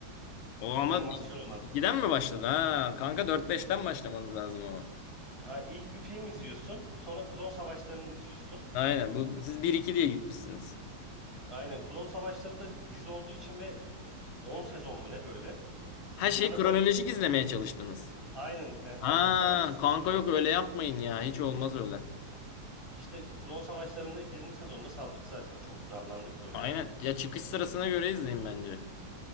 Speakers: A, on the left; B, on the right.
A: O ama
B: Animasyon olan.
A: 2'den mi başladı ha? Kanka dört beşten başlamanız lazım ama.
B: Ha, İlk bir film izliyorsun. Sonra Klon Savaşları'nı izliyorsun.
A: Aynen. Bu, siz bir iki diye gitmişsiniz.
B: Aynen Klon Savaşları da dizi olduğu için ve 10 sezon mu ne böyle?
A: Her
B: İnsana
A: şeyi kronolojik
B: böyle
A: izlemeye çalıştınız.
B: Aynen, he, aynen
A: Ha,
B: zaman çizgisine
A: kanka
B: göre.
A: yok öyle yapmayın ya. Hiç olmaz öyle.
B: İşte Klon Savaşları'nın birinci sezonunda saldık zaten. Çok darlandık böyle
A: Aynen.
B: yani.
A: Ya çıkış sırasına göre izleyin bence.